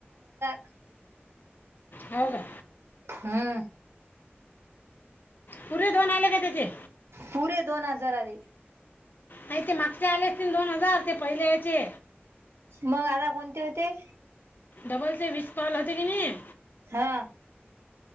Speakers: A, on the right; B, on the left.
A: ह
B: हो का
A: हम्म
B: पुरे दोन आले का त्याचे
A: पुरे दोन हजारध
B: नाही ते मागचे आले दोन हजार ते पहिल्या याचे
A: मग आता कोणते होते
B: डबल चे वीस कॉल होते की नाही
A: हा